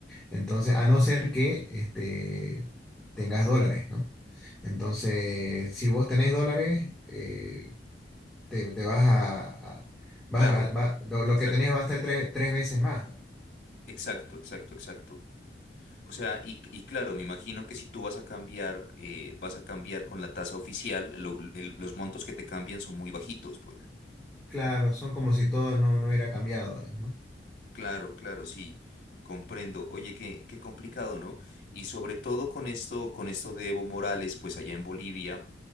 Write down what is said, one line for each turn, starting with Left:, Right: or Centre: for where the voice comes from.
Centre: Entonces, a no ser que, este, tengas dólares, ¿no? Entonces, si vos tenés dólares, eh, te, te vas a, a- vas
Left: Claro,
Centre: a- va- lo
Left: exacto,
Centre: lo que tenés va a ser tres, tres veces más.
Left: exacto, exacto, exacto. O sea, y, y claro, me imagino que si tú vas a cambiar, eh, vas a cambiar con la tasa oficial, lo- el- los montos que te cambian son muy bajitos, pues.
Centre: Claro, son como si todo no, no hubiera cambiado, ¿no?
Left: Claro, claro, sí, comprendo. Oye, qué, qué complicado, ¿no? Y sobre todo con esto, con esto de Evo Morales, pues allá en Bolivia,